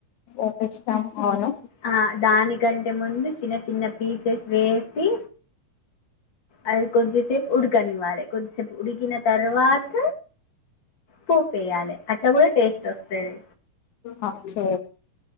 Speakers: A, on the left (about 80°); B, on the left (about 40°).
A: ఓపిస్తాం అవును
B: ఆ దానికంటే ముందు చిన్న చిన్న పీసెస్ వేసి అది కొంచెం సేపు ఉడకనివ్వాలి కొద్దిసేపు ఉడికిిన తర్వాత పోపేయాలి అట్లా కూడా టేస్ట్ వస్తది
A: ఆ సే